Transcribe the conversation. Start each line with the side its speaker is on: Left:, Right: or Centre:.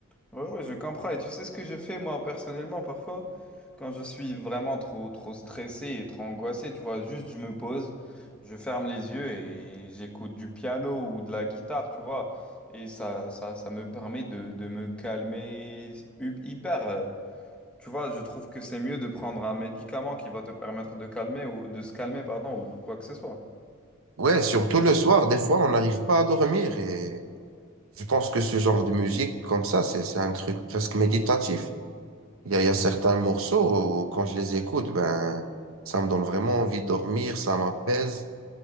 Centre: Ouais, ouais, je comprends. Et tu sais ce que je fais moi personnellement parfois, quand je suis vraiment trop, trop stressé et trop angoissé, tu vois, juste je me pose, je ferme les yeux et j'écoute du piano ou de la guitare, tu vois. Et ça, ça, ça me permet de, de me calmer hu- hyper. euh, Tu vois, je trouve que c'est mieux de prendre un médicament qui va te permettre de calmer ou de se calmer, pardon, ou quoi que ce soit.
Right: Ouais, surtout le soir, des fois, on n'arrive pas à dormir. Et je pense que ce genre de musique comme ça, c'est, c'est un truc presque méditatif. Il y a, il y a certains morceaux, où, quand je les écoute, ben, ça me donne vraiment envie de dormir, ça m'apaise.